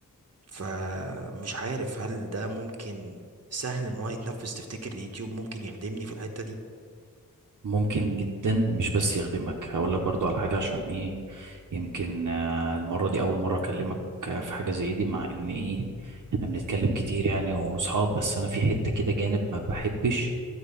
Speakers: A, on the right (about 50°); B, on the right (about 65°).
A: فمش عارف هل ده ممكن سهل ان هو يتنفذ تفتكر اليوتيوب ممكن يخدمني في الحتة دي
B: ممكن جدا مش بس يخدمك هقول لك برضو على حاجة عشان ايه يمكن آه، المرة دي أول مرة أكلمك آه، في حاجة زي دي مع إن ايه احنا بنتكلم كتير يعني وصحاب بس أنا في حتة كده جانب ما بحبش